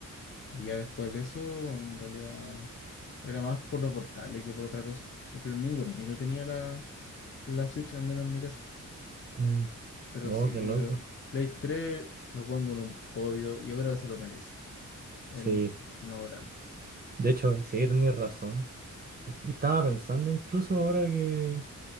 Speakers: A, on the left (about 40°); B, on the right (about 30°).
A: Y ya después de eso, en realidad, era más por los portales que por otra cosa. Porque ningún amigo tenía la, la Switch, al menos en mi caso.
B: Mm.
A: Pero
B: Oh,
A: sí,
B: qué
A: yo
B: loco.
A: creo, Play 3 lo pongo en un podio. Yo creo que se lo merece, en
B: Sí.
A: un oral.
B: De hecho, sí, tenías razón. Y- y Estaba pensando incluso ahora que.